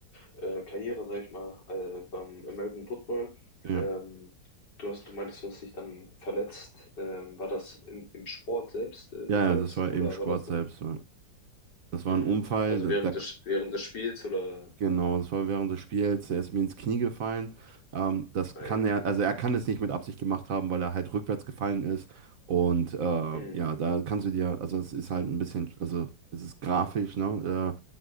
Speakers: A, on the left; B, on the right.
A: äh, Karriere, sag ich mal, äh, beim American Football.
B: ja,
A: Ähm, du hast, du meintest, du hast dich dann verletzt. Ähm, war das im, im Sport selbst äh,
B: ja,
A: die Verletzung
B: ja, das war
A: oder
B: eben Sport
A: war das
B: selbst.
A: na-
B: Ja. Das war
A: Mhm.
B: ein Unfall,
A: also
B: da,
A: während
B: da
A: des während des Spiels oder?
B: Genau, das war während des Spiels. Er ist mir ins Knie gefallen. Ähm, das
A: Ei.
B: kann er, also er kann es nicht mit Absicht gemacht haben, weil er halt rückwärts gefallen ist. Und äh,
A: Mhm.
B: ja, da kannst du dir, also es ist halt ein bisschen, also es ist grafisch, ne?